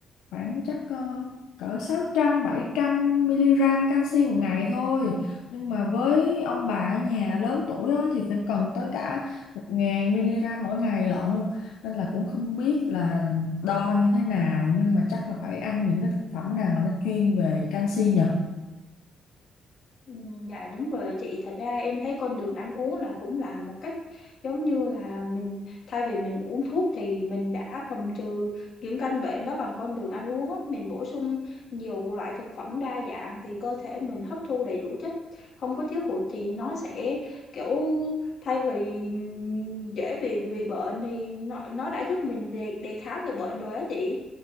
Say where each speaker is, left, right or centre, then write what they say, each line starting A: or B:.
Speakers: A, on the left (about 80°); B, on the left (about 55°).
A: khoảng chắc ờ, cỡ 600 700 mg canxi một ngày thôi nhưng mà với ông bà ở nhà lớn tuổi đó thì phải cần tới cả 1.000 mg mỗi ngày lận nên là cũng không biết là đo như thế nào nhưng mà chắc là phải ăn những cái thực phẩm nào mà nó chuyên về canxi nhỉ
B: Ừ, dạ đúng rồi chị, thật ra em thấy con đường ăn uống là cũng là một cách giống như là mình thay vì mình uống thuốc thì mình đã phòng trừ những căn bệnh đó bằng con đường ăn uống á. Mình bổ sung nhiều loại thực phẩm đa dạng thì cơ thể mình hấp thu đầy đủ chất, không có thiếu hụt thì nó sẽ kiểu thay vì ừm, dễ bị bị bệnh thì nó, nó đã giúp mình đề, đề kháng được bệnh rồi á chị.